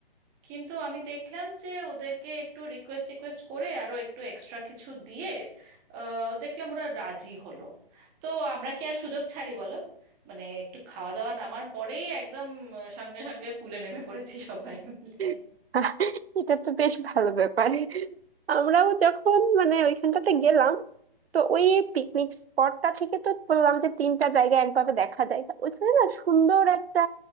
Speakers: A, on the right; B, on the right.
A: কিন্তু আমি দেখলাম যে ওদেরকে একটু রিকোয়েস্ট রিকোয়েস্ট করে আরো একটু এক্সট্রা কিছু দিয়ে আহ, দেখলাম ওরা রাজি হলো তো আমরা কি আর সুযোগ ছাড়ি বলো মানে একটু খাওয়া দাওয়া নামার পরেই একদম আহ, সঙ্গে সঙ্গে পুলে নেমে পড়েছি সবাই মিলে
B: <laughs> আহ, এটা তো বেশ ভালো ব্যাপার আমরাও যখন মানে ওইখানটাতে গেলাম তো ওই পিকনিক স্পটটা থেকে তো বললাম যে তিনটা জায়গা একভাবে দেখা যায় তা ওইখানে না সুন্দর একটা